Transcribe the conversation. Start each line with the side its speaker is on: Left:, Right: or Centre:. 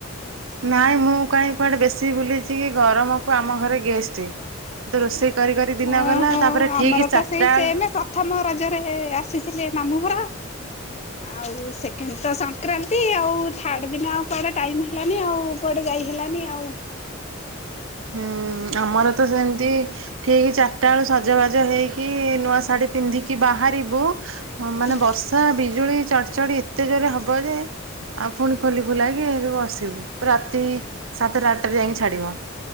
Right: ନାଇଁ ମୁଁ କାହିଁ କୁଆଡେ ବେଶୀ ଭୁଲିଛି କି ଗରମକୁ ଆମ ଘରେ ଗେଷ୍ଟ କିନ୍ତୁ ରୋଷେଇ କରି କରି ଦିନ
Left: ଓ
Right: ଗଲା
Left: ହୋ
Right: ତାପରେ
Left: ଆମର
Right: ଠିକ ଚାରିଟା
Left: ତ ସେଇ
Right: ବେଳ
Left: ସେମ ପ୍ରଥମ ରଜରେ ଆସି ଥିଲେ ମାମୁଁ ଘର ଆଉ ସେକେଣ୍ଡ ତ ସଂକ୍ରାନ୍ତି ଆଉ ଥାର୍ଡ ଦିନ ଆଉ କୁଆଡେ ଟାଇମ ହେଲାନି ଆଉ କୁଆଡେ ଯାଇ ହେଲାନି ଆଉ।
Right: ହୁଁ। ଆମର ତ ସେମିତି ଠିକ ଚାରିଟା ବେଲୁ ସଜବାଜ ହେଇକି ନୂଆ ଶାଢୀ ପିନ୍ଧିକି ବା ବାହାରିବୁ ମାନେ
Left: ହୁଁ
Right: ବର୍ଷା ବିଜୁଳି ଚଡ଼ ଚଡି ଏତେ ଜୋରେ ହବ ଯେ ଆଉ ପୁଣି ଖୋଲି ଖୋଲାଇକି ଏ ବସିବୁ ରାତି ସାତଟା ଆଠଟାରେ ଯାଇକି ଛାଡ଼ିବ।